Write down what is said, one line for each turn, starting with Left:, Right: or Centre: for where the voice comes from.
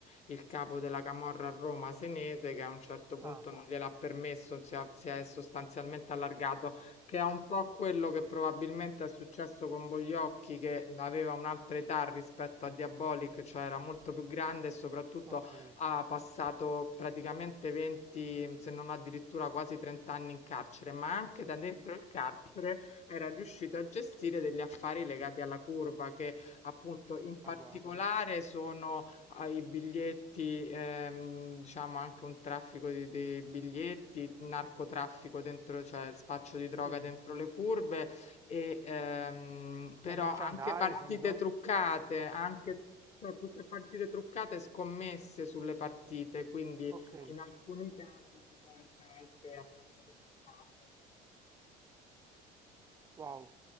Left: il capo della camorra a Roma, Senese, che a un certo punto
Right: Ah,
Left: non gliel'ha permesso, si è, si è sostanzialmente allargato, che è un po' quello che probabilmente è successo con Bogliocchi, che aveva un'altra età rispetto a Diabolic, cioè era molto più grande e soprattutto
Right: ok.
Left: ha passato praticamente 20, se non addirittura quasi 30 anni in carcere, ma anche
Right: Mhm,
Left: da dentro il carcere era riuscito a gestire degli affari legati alla curva, che appunto in particolare
Right: Ma guarda.
Left: sono ai biglietti, ehm, diciamo anche un traffico di, di biglietti, narcotraffico dentro, cioè spaccio di droga
Right: Sì,
Left: dentro le curve, e, ehm, però
Right: beh, merchandising,
Left: anche partite
Right: no?
Left: truccate, anche, cioè più che partite truccate, scommesse sulle partite, quindi
Right: Ok,
Left: in alcuni casi si pensa anche a partite truccate.
Right: wow.